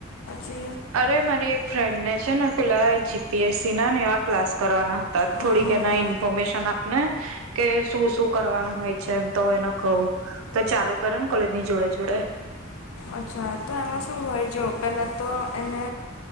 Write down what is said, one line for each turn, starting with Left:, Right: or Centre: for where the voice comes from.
Left: જે
Right: અરે મારી એક ફ્રેન્ડને છે ને પેલા જી પી એસ સી ના ને એવા ક્લાસ કરવાના હતા. તત થોડી
Left: હા
Right: કેના ઇન્ફોર્મેશન આપ ને કે શું શું કરવાનું હોય છે એમ તો એને કવું. તો ચાલુ કરે ને કોલેજ ની જોડે જોડે.
Left: અચ્છા તો એમાં શું હોય જો પેલા તો એને